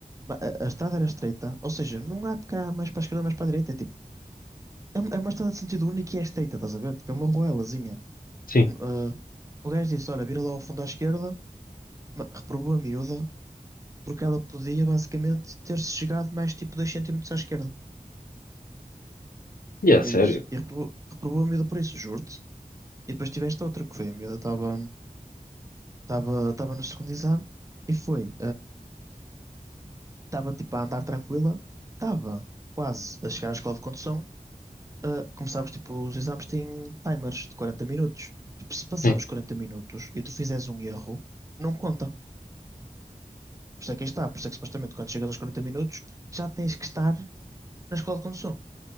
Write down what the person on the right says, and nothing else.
Ba- A, a estrada era estreita, ou seja, não há de cá mais para a esquerda, mais para a direita. É tipo, é, uma é uma estrada de sentido único e é estreita, estás a ver? Tipo, é uma ruelazinha.
Ah, o gajo disse: Olha, vira lá ao fundo à esquerda, ma- reprovou a miúda, porque ela podia basicamente ter-se chegado mais tipo 2 centímetros à esquerda.
Foi
isso. E reprovou, reprovou a miúda por isso, juro-te. E depois tiveste outra que foi: a miúda estava estava estava no segundo exame e foi, estava tipo a andar tranquila, estava quase a chegar à escola de condução. Ah, como sabes, tipo, os exames têm timers de 40 minutos. Tipo, se passar
os 40 minutos e tu fizeres um erro, não conta. Por isso é que aí está, por isso é que supostamente quando chegas aos 40 minutos já tens que estar na escola de condução.